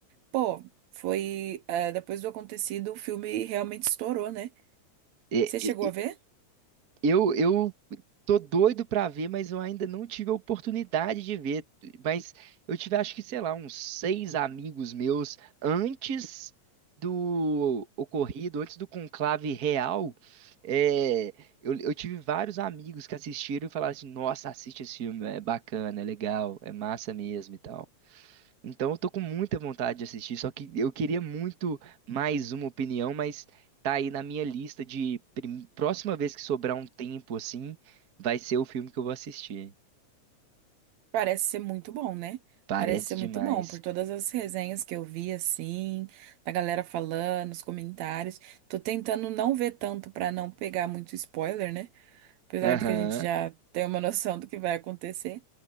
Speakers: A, on the right; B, on the right.
A: pô, foi. eh, depois do acontecido, o filme realmente estourou, né?
B: E-
A: Você chegou
B: e-
A: a ver?
B: Eu, eu tô doido pra ver, mas eu ainda não tive a oportunidade de ver. Mas eu tive, acho que, sei lá, uns seis amigos meus antes do ocorrido, antes do conclave real. é, eu, eu tive vários amigos que assistiram e falaram assim: Nossa, assiste esse filme, é bacana, é legal, é massa mesmo e tal. Então eu tô com muita vontade de assistir, só que eu queria muito mais uma opinião, mas tá aí na minha lista de prim- próxima vez que sobrar um tempo assim, vai ser o filme que eu vou assistir.
A: Parece ser muito bom, né?
B: Parece
A: Parece ser
B: demais.
A: muito bom, por todas as resenhas que eu vi, assim, da galera falando, os comentários. Tô tentando não ver tanto pra não pegar muito spoiler, né? Apesar
B: Aham.
A: de que a gente já tem uma noção do que vai acontecer.